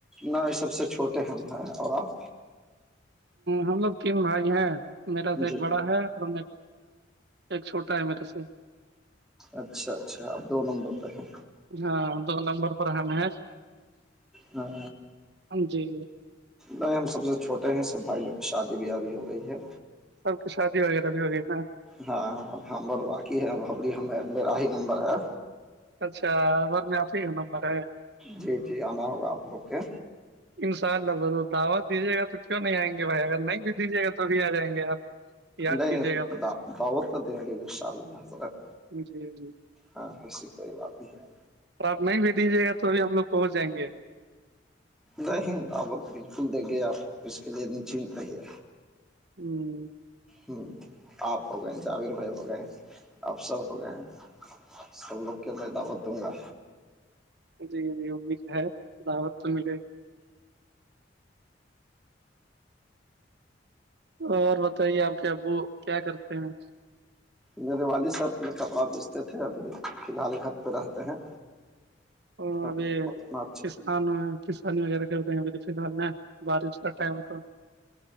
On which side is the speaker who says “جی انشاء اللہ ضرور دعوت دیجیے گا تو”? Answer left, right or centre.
Right